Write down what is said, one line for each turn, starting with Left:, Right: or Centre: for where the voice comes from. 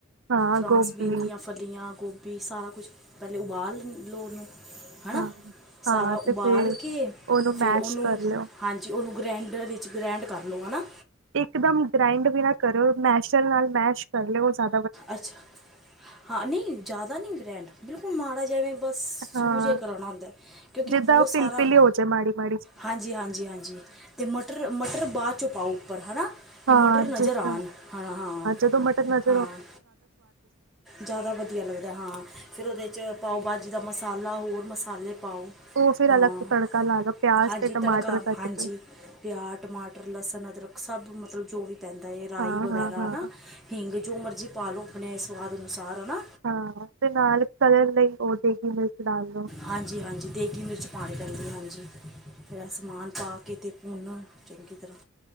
Right: ਹਾਂ
Centre: ਫਰਾਂਸ
Right: ਗੋਭੀ
Centre: ਬੀਨ ਦੀਆਂ ਫਲੀਆਂ, ਗੋਭੀ, ਸਾਰਾ ਕੁਛ, ਪੈਲੇ ਉਬਾਲ ਲੋ ਔਨੂੰ। ਹਨਾ?
Right: ਹਾਂ ਹਾਂ
Centre: ਸਾਰਾ
Right: ਅਤੇ
Centre: ਉਬਾਲ
Right: ਫਿਰ
Centre: ਕੇ,
Right: ਉਹਨੂੰ ਮੈਸ਼
Centre: ਫਿਰ ਉਅਨੂੰ
Right: ਕਰ ਲਿਓ।
Centre: ਹਾਂਜੀ, ਉਅਨੂੰ ਗ੍ਰੈਂਡਰ ਇੱਚ ਗ੍ਰੈਂਡ ਕਰ ਲਉ, ਹੈਨਾ?
Right: ਇੱਕਦਮ ਗ੍ਰਾਇੰਡ ਵੀ ਨਾ ਕਰੋ, ਮੈਸ਼ਲ ਨਾਲ ਮੈਸ਼ ਕਰ ਲਓ, ਔ ਜ਼ਾ
Centre: ਅੱਛਾ ਹਾਂ, ਨਈ ਜਾਅਦਾ ਨਈ ਗ੍ਰੈਂਡ, ਬਿਲਕੁਲ ਮਾੜਾ ਜੇਵੇਂ ਬਸ
Right: ਹਾਂ
Centre: ਸੂ ਜੇਆ ਈ ਕਰਾਣਾ ਹੁੰਦਾ ਏ, ਕਿਉਂਕਿ
Right: ਜਿੱਦਾਂ
Centre: ਬੌਤ ਸਾਰਾ
Right: ਪਿਲ-ਪਿਲੀ ਹੋ ਜਾਏ ਮਾੜੀ-ਮਾੜੀ
Centre: ਹਾਂਜੀ-ਹਾਂਜੀ-ਹਾਂਜੀ ਤੇ ਮਟਰ-ਮਟਰ ਬਾਅਦ ਚੋਂ ਪਾਓ ਉੱਪਰ, ਹਨਾਂ? ਕਿ
Right: ਹਾਂ
Centre: ਮਟਰ ਨਜ਼ਰ
Right: ਜਿੱਦਾਂ
Centre: ਆਣ, ਹਾਂ-ਹਾਂ।
Right: ਜਦੋਂ ਮਟਨ ਨਜ਼
Centre: ਹਾਂ, ਜਾਅਦਾ ਵਦੀਆ ਲੱਗਦਾ, ਹਾਂ। ਫਿਰ ਉਅਦੇ ਚ ਪਾਓ ਭਾਜੀ ਦਾ ਮਸਾਲਾ, ਹੋਰ ਮਸਾਲੇ ਪਾਓ।
Right: ਉਹ ਫਿਰ
Centre: ਹਾਂ,
Right: ਅਲੱਗ ਤੋਂ ਤੜਕਾ ਲਾ ਲਓ ਪਿਆਜ
Centre: ਹਾਂਜੀ
Right: ਤੇ ਟਮਾਟਰ
Centre: ਤੜਕਾ,
Right: ਕੱਟ
Centre: ਹਾਂਜੀ।
Right: ਕੇ
Centre: ਪਿਆ, ਟਮਾਟਰ, ਲਸਣ, ਅਦਰਕ ਸਭ ਮਤਲਬ ਜੋ ਵੀ ਪੈਂਦਾ ਏ, ਰਾਈ
Right: ਹਾਂ-ਹਾਂ-ਹਾਂ।
Centre: ਵਗੈਰਾ ਹੈਨਾ?
Right: ਹਾਂ
Centre: ਹਿੰਗ। ਜੋ ਮਰਜੀ ਪਾ ਲੋ, ਅਪਣੇ ਸਵਾਦ ਅਨੁਸਾਰ ਹਨਾ?
Right: ਹਾਂ ਤੇ ਨਾਲ ਕਲਰ ਲਈ, ਔ ਦੇਗੀ ਮਿਰਚ ਡਾਲ ਲੋ।
Centre: ਹਾਂਜੀ-ਹਾਂਜੀ ਦੇਗੀ ਮਿਰਚ ਪਾਣੀ ਪੈਂਦੀ ਏ, ਹਾਂਜੀ। ਫਿਰ ਏਹ ਸਮਾਨ ਪਾ ਕੇ, ਤੇ ਭੁੰਨ ਚੰਗੀ ਤਰ੍ਹਾਂ।